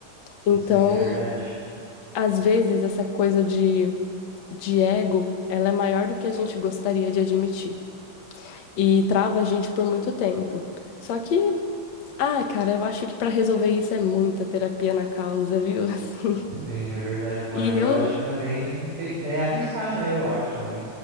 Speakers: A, on the left (about 55°); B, on the right (about 55°).
A: Então,
B: sim, é verdade.
A: às vezes essa coisa de, de ego, ela é maior do que a gente gostaria de admitir e trava a gente por muito tempo. Só que, ai, cara, eu acho que para resolver isso é muita terapia na causa, viu? <laughs> Assim,
B: Sim, é verdade, Mari.
A: e
B: Eu
A: eu
B: acho que também te- é arriscar, né? Eu acho também.